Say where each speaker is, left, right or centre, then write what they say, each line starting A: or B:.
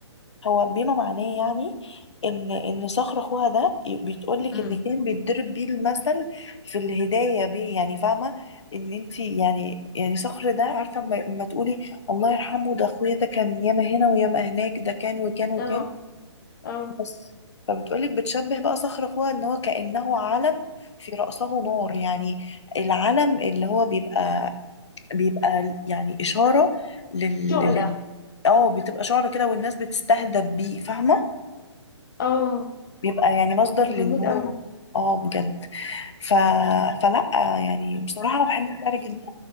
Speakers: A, on the left; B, on the left.
A: هو بما معناه يعني ان ان صخر اخوها ده بتقول لك
B: امم
A: ان كان بيتضرب بيه المثل في الهدايه بيه يعني فاهمه ان انت يعني يعني صخر ده عارفه اما اما تقولي الله يرحمه ده اخويا ده كان ياما هنا وياما هناك ده كان وكان وكان
B: اه اه
A: بس فبتقولك بتشبه بقى صخر اخوها ان هو كانه علم في راسه نار يعني العلم اللي هو بيبقى بيبقى يعني اشاره لل
B: شعلة
A: لل- اه بتبقى شعر كده والناس بتستهدف بيه فاهمه
B: اه
A: بيبقى يعني مصدر للنور
B: جميل قوي
A: و- اه بجد ف... فلا يعني بصراحة أنا بحب الشعر جدا